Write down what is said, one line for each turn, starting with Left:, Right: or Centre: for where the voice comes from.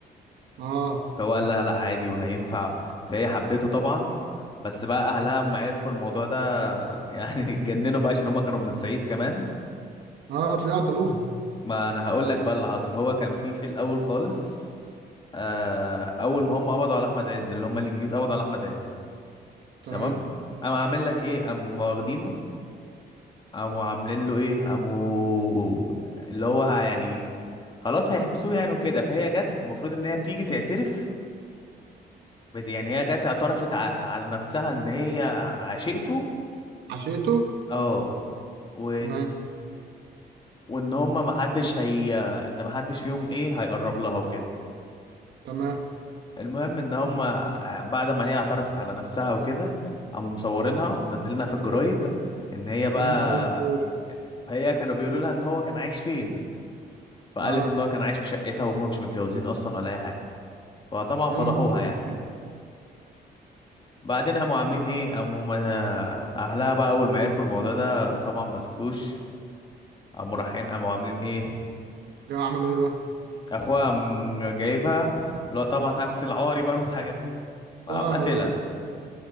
Right: اه
Left: فهو قال لها لا عادي وهينفع فهي حبته طبعا بس بقى اهلها
Right: اه
Left: اما عرفوا الموضوع ده <laughs> يعني اتجننوا بقى عشان هما كانوا من الصعيد كمان
Right: اه طلعت قالوها
Left: ما انا هقول لك بقى اللي حصل هو كان في في الاول خالص آه اول ما هم قبضوا على احمد عز اللي هم الانجليز قبضوا على احمد عز
Right: تمام
Left: تمام قاموا عامل لك ايه قاموا واخدينه قاموا عاملين له ايه قاموا اللي هو يعني خلاص هيحبسوه يعني وكده فهي جت المفروض ان هي بتيجي تعترف بت- يعني هي جت اعترفت ع- على نفسها ان هي عشقته
Right: عشيته
Left: اه و...
Right: تمام
Left: وان هما محدش هي ان محدش فيهم ايه هيقرب لها وكده
Right: تمام
Left: المهم ان هما بعد ما هي اعترفت على نفسها وكده قاموا مصورينها ومنزلينها في الجرايد ان هي بقى
Right: يا نهار اسود
Left: فهي كانوا بيقولوا لها ان هو كان عايش فين فقالت
Right: اه
Left: ان هو كان عايش في شقتها وهما مش متجوزين اصلا ولا اي حاجه فطبعا فضحوها
Right: يا نهار اسود
Left: يعني بعدين قاموا عاملين ايه قاموا ما- اهلها بقى اول ما عرفوا الموضوع ده طبعا ما سكتوش قاموا رايحين قاموا عاملين ايه
Right: جا عملوا ايه بقى
Left: اخوها قام جايبها اللي هو طبعا هغسل عاري بقى <laughs> والحاجات دي قام
Right: طلع
Left: قتلها
Right: هو